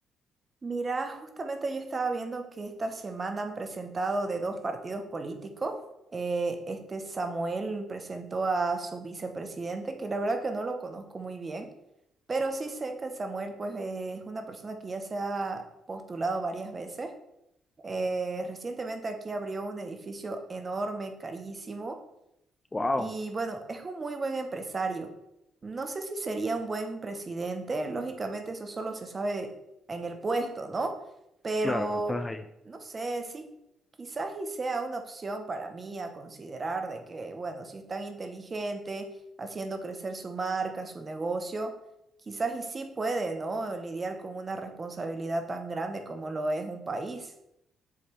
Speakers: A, on the right; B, on the left.
A: Mira, justamente yo estaba viendo que esta semana han presentado de dos partidos políticos. Eh, este Samuel presentó a su vicepresidente, que la verdad que no lo conozco muy bien, pero sí sé que Samuel pues eh, es una persona que ya se ha postulado varias veces. Eh, recientemente aquí abrió un edificio enorme, carísimo,
B: Wow,
A: y bueno, es un muy buen empresario. No sé si sería un buen presidente, lógicamente eso solo se sabe en el puesto, ¿no? Pero
B: claro, cuando estás ahí.
A: no sé, sí, quizás y sea una opción para mí a considerar de que, bueno, si es tan inteligente, haciendo crecer su marca, su negocio, quizás y sí puede, ¿no? Lidiar con una responsabilidad tan grande como lo es un país.